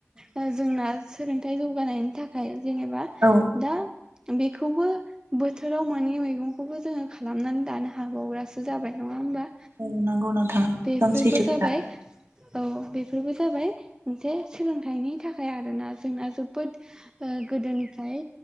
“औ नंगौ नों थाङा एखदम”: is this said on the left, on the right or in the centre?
Right